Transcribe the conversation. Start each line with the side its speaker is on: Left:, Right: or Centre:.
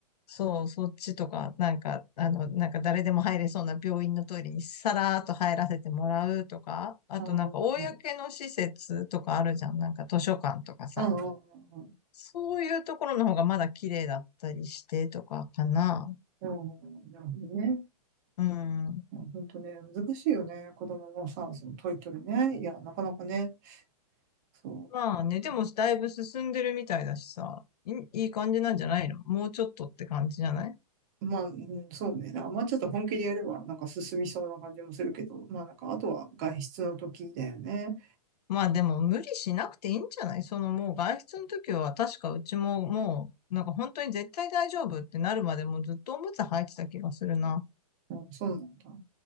Left: そう、そっちとか、なんか、あの、なんか誰でも入れそうな病院のトイレにさらーっと入らせてもらうとか、あとなんか公の施設とかあるじゃん、
Right: ああ、あ
Left: なんか図書館とかさ、
Right: あ、ああ、
Left: そういうところの方がまだ綺麗だったりしてとかかな。
Right: ああなるほどね。
Left: うん。
Right: いや本当ね、難しいよね。子供のさ、そのトイトレね。いや、なかなかね、そ
Left: まあね、でもだいぶ進んでるみたいだしさ、いいい感じなんじゃないのもうちょっとって感じじゃない
Right: う。まあ、うんそうね。あんまちょっと本気でやれば、なんか進みそうな感じもするけど、まあなんか、あとは外出の時だよね。
Left: まあでも無理しなくていいんじゃないそのもう外出の時は確かうちももうなんか本当に絶対大丈夫ってなるまでもうずっとおむつ履いてた気がするな。
Right: うん、そうなんだ。